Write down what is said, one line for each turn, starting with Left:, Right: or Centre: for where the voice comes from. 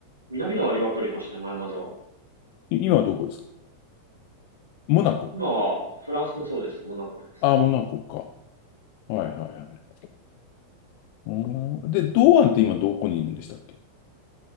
Right: 南野はリバプールいましたね、前までは。
Left: 今はどこですかモナコ。
Right: 今はフランスのそうです。モナコです。
Left: ああ、モナコか。はいはいはい。うーんで、堂安って今どこにいるんでしたっけ